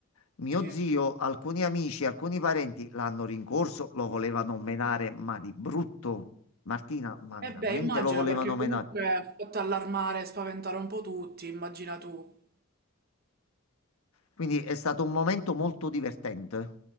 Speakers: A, on the left (about 80°); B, on the right (about 45°).
A: mio
B: Sì.
A: zio, alcuni amici, alcuni parenti l'hanno rincorso, lo volevano menare, ma di brutto. Martina, ma
B: E
A: veramente
B: beh, immagino,
A: lo volevano
B: perché
A: menare.
B: comunque ha fatto allarmare e spaventare un po' tutti, immagina tu.
A: Quindi è stato un momento molto divertente.